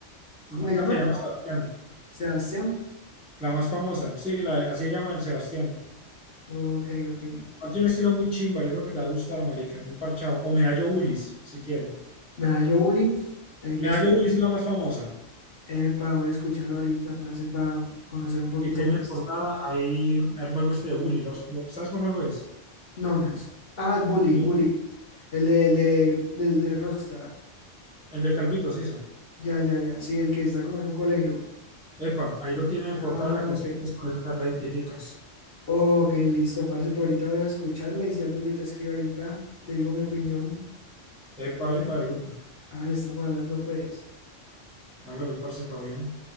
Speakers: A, on the left (about 50°); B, in the centre.
A: ¿Cómo
B: una
A: se llama?
B: que llama Sebastián,
A: Sebastián.
B: la más famosa, sí, la, así se llama el Sebastián.
A: Ok, ok.
B: Man tiene un estilo muy chimba, yo creo que te va a gustar, marica, muy parchado. O Medallo Bullis, si quiere.
A: Me da yo bullying. Ahí
B: Medallo
A: les...
B: Bullis es la más famosa.
A: Epa, voy a escucharlo ahorita, parce, para conocer un poquito
B: Y tiene
A: más.
B: de portada ahí un- el juego este de Bully. Los, lo- ¿Sabes qué juego es?
A: Nonas. Ah, Bully,
B: No.
A: Bully. El de, el de, del de Rockstar.
B: El de Calvito, Sisa.
A: Ya, ya, ya. Sí, el que está como en un colegio.
B: Epa, ahí lo tiene de
A: Ah,
B: portada la canción,
A: ok.
B: pues por eso te la identificas.
A: Ok, listo, parce, pero ahorita voy a escucharla y si algo yo te escribo ahorita, te digo mi opinión.
B: Epa,
A: ¿Dale?
B: epa, de una.
A: Ah, le estamos hablando pues.
B: Hágale, parce, todo bien.